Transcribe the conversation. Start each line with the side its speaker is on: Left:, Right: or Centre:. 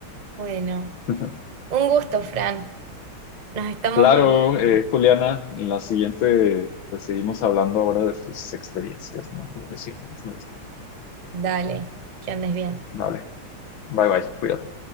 Right: Bueno,
Left: <laughs>
Right: un gusto, Fran. Nos estamos
Left: Claro,
Right: hablando.
Left: eh, Juliana, en la siguiente, pues seguimos hablando ahora de tus experiencias, ¿no? Profesionales.
Right: Dale, que andes bien.
Left: Vale, bye bye, cuídate.